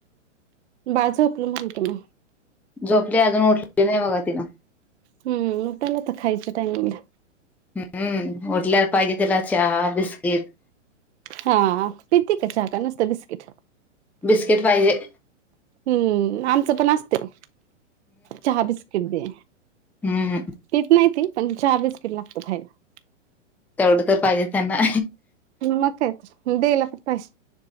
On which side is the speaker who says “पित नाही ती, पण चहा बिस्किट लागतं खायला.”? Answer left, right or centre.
Right